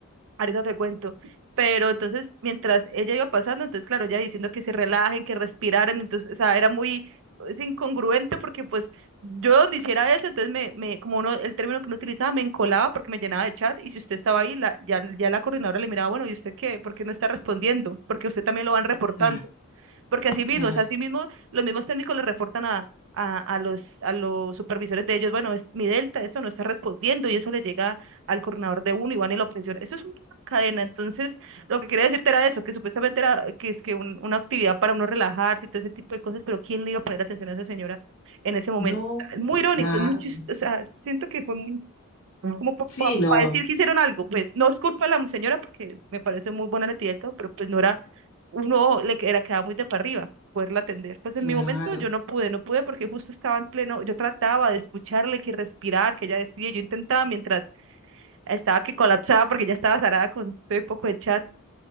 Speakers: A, on the right; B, on the left.
A: Ahorita te cuento. Pero entonces, mientras ella iba pasando, entonces, claro, ella diciendo que se relajen, que respiraran, entonces, o sea, era muy es incongruente porque, pues, yo donde hiciera eso, entonces, me, me, como uno, el término que uno utilizaba, me encolaba porque me llenaba de chat, y si usted estaba ahí, la, ya, ya la coordinadora le miraba, bueno, ¿y usted qué? ¿Por qué no está respondiendo? Porque usted también lo van reportando
B: claro,
A: porque así
B: claro.
A: mismo, o sea, así mismo los mismos técnicos le reportan a, a, a los, a los supervisores de ellos, bueno, es, mi delta, eso no está respondiendo y eso le llega al coordinador de uno y van y lo presiona. Eso es una cadena. Entonces, lo que quería decirte era eso, que supuestamente era que es que un- una actividad para uno relajarse y todo ese tipo de cosas, pero ¿quién le iba a poner atención a esa señora en ese momento?
B: No,
A: Muy irónico,
B: nada.
A: es muy chis- o sea, siento que fue muy como para
B: Sí, no,
A: decir que hicieron algo, pues no es culpa de la señora porque me parece muy buena la tía y todo, pero pues no era, uno le que- era quedaba muy de para arriba poderla atender. Pues en
B: claro.
A: mi momento yo no pude, no pude porque justo estaba en pleno, yo trataba de escucharle, que respirar, que ella decía, yo intentaba mientras estaba que colapsaba porque ya estaba zarada con todo el poco de chats.